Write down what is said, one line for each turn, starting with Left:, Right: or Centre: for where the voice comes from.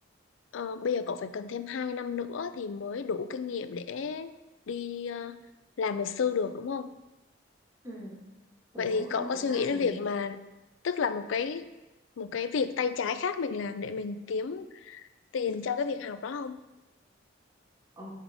Left: ờ, bây giờ cậu phải cần thêm 2 năm nữa thì mới đủ kinh nghiệm để đi ờ, làm luật sư được đúng không
Right: ừ. tớ
Left: vậy thì
Right: không
Left: cậu có
Right: thực
Left: suy
Right: ra
Left: nghĩ đến
Right: thì
Left: việc mà tức là một cái một cái việc tay trái khác mình làm để mình kiếm tiền cho cái việc học đó không
Right: ờ,